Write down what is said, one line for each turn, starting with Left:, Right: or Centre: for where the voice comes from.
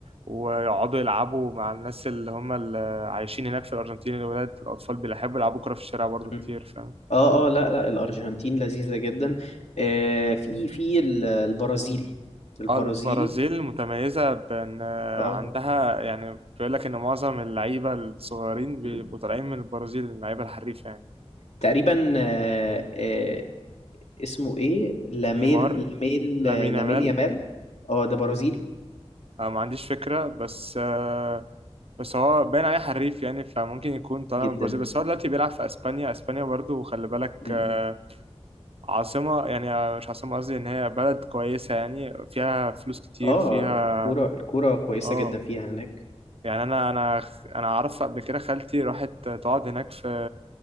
Right: ويقعدوا يلعبوا مع الناس اللي هم اللي عايشين هناك في الأرجنتين الولاد الأطفال بيحبوا يلعبوا كرة في الشارع برضو كتير
Left: أمم.
Right: فاهم
Left: أه أه لا لا الأرجنتين لذيذة جدا آه، في في ال- البرازيل البرازيل
Right: اه البرازيل متميزة بأن
Left: أه
Right: عندها يعني بيقول لك إن معظم اللعيبة الصغيرين بيبقوا
Left: أمم.
Right: طالعين من البرازيل اللعيبة الحريفة يعني
Left: تقريبا آه، آه، اسمه إيه لاميل
Right: نيمار
Left: لاميل
Right: لامين
Left: لاميل
Right: يامال
Left: يامال أه ده برازيلي
Right: أنا ما عنديش فكرة بس آه، بس هو باين عليه حريف يعني فممكن يكون طالع
Left: جدا
Right: من البرازيل بس هو دلوقتي بيلعب في أسبانيا أسبانيا برضو خلي بالك
Left: مم.
Right: آه، عاصمة يعني آه، مش عاصمة قصدي إن هي بلد كويسة يعني فيها فلوس كتير
Left: اه
Right: فيها
Left: الكورة الكورة كويسة
Right: اه
Left: جدا فيها هناك
Right: يعني انا انا انا اعرف قبل كده خالتي راحت تقعد هناك في